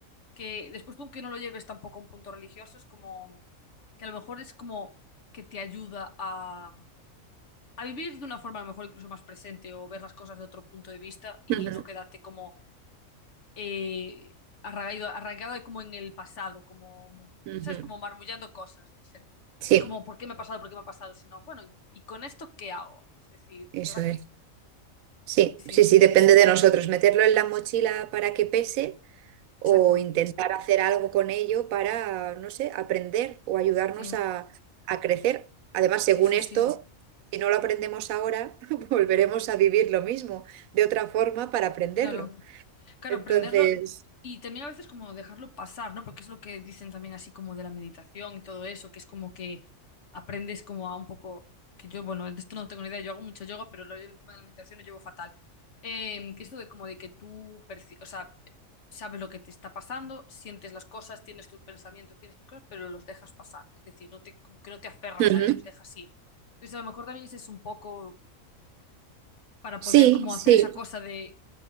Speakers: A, on the left; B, on the right.
A: que después tú aunque no lo lleves tampoco a un punto religioso, es como que a lo mejor es como que te ayuda a, a vivir de una forma a lo mejor incluso más presente o ver las cosas de otro punto de vista y
B: Ujú,
A: no quedarte como eh, arraigado, arraigado como en el pasado, como,
B: ujú.
A: ¿sabes? Como marmullando cosas, no sé.
B: Sí,
A: Es como, ¿por qué me ha pasado? ¿Por qué me ha pasado? Sino, bueno, ¿y, y con esto qué hago? Es decir,
B: eso
A: ¿y ahora
B: es.
A: qué?
B: Sí,
A: Sí, sí,
B: sí, sí, depende de nosotros. Meterlo en la mochila para que pese o
A: exacto.
B: intentar hacer algo con ello para, no sé, aprender o ayudarnos
A: Sí,
B: a, a crecer. Además, según
A: sí, sí,
B: esto,
A: sí.
B: si no lo aprendemos ahora, <laughs> volveremos a vivir lo mismo de otra forma para aprenderlo.
A: Claro, claro,
B: Entonces,
A: aprenderlo y también a veces como dejarlo pasar, ¿no? Porque es lo que dicen también así como de la meditación y todo eso, que es como que aprendes como a un poco, que yo, bueno, de esto no tengo ni idea, yo hago mucho yoga, pero lo- yo el tema de la meditación lo llevo fatal. Eh, que esto de como de que tú, perci- o sea, sabes lo que te está pasando, sientes las cosas, tienes tus pensamientos, tienes tus cosas, pero los dejas pasar, es decir, no te, como que no te aferras
B: ujú,
A: a ellos, dejas ir. Entonces a lo mejor también ese es un poco para
B: Sí,
A: poder como
B: sí,
A: hacer esa cosa de